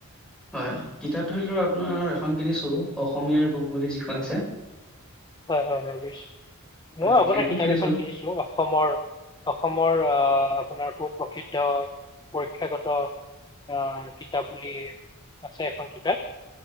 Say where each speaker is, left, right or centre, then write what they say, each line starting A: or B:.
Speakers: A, in the centre; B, on the left.
A: হয় হয় কিতাপ ধৰি লও আপোনাৰ এখন কিনিছো অসমীয়াৰ বুক বুলি যিখন আছে
B: হয় হয় মই বুইছো
A: হয়,
B: মই আপোনাৰ
A: সেইখন
B: কিতাপ
A: কিনিছো।
B: এখন কিনিছিলো অসমৰ অসমৰ আহ আপোনাৰ সু প্ৰসি তেও পৰীক্ষাগত অ কিতাপ বুলি আছে এখন কিতাপ